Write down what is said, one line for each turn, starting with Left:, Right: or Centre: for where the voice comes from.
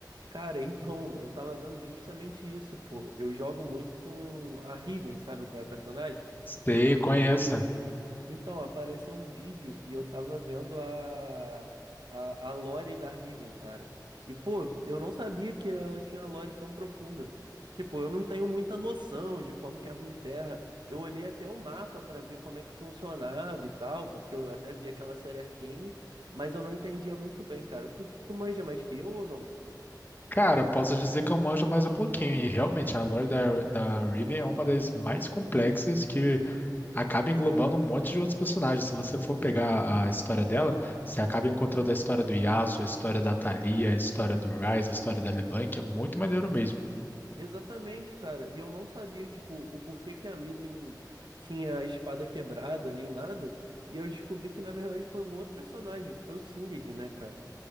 Right: Cara, <laughs> então, eu tava vendo justamente isso, pô. Eu jogo muito com a Riven, sabe qual é a personagem?
Left: Sei, conheço.
Right: Então, apareceu um vídeo e eu tava vendo a, a, a lore da Riven, cara. E, pô, eu não sabia que ela tinha uma lore tão profunda. Tipo, eu não tenho muita noção de como que é a Runeterra. Eu olhei até o mapa pra ver como é que funcionava e tal, porque eu até vi aquela série Arcane, mas eu não entendia muito bem, cara. Tu, tu manja mais que eu ou não?
Left: Cara, posso dizer que eu manjo mais um pouquinho, e realmente a lore da, da Riven é uma das mais complexas que acaba englobando um monte de outros personagens. Se você for pegar a história dela, você acaba encontrando a história do Yasuo, a história da Thalia, a história do Ryze, a história da LeBlanc, é muito maneiro mesmo.
Right: Exatamente, cara. E eu não sabia, tipo, o porquê que a Riven tinha a espada quebrada, nem nada. E eu descobri que, na verdade, foi um outro personagem, que foi o Singed, né, cara?